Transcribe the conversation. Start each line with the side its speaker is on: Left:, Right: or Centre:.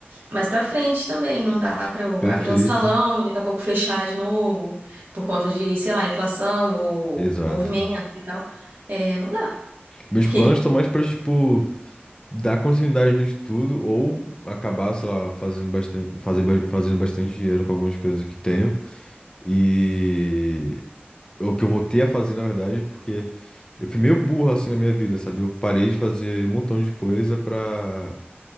Right: mais pra frente também. Não dá pra eu
Left: perfeito,
Right: abrir um salão e daqui a pouco fechar de novo por conta de, sei lá, inflação ou
Left: exato.
Right: movimento e tal. É, não dá.
Left: Meus
Right: <laughs>
Left: planos estão mais pra, tipo, dar continuidade no estudo ou acabar, sei lá, fazendo bastante, fazer, ba- fazendo bastante dinheiro com algumas coisas que tenho. E o que eu voltei a fazer, na verdade, porque eu fui meio burro assim na minha vida, sabe? Eu parei de fazer um montão de coisa pra.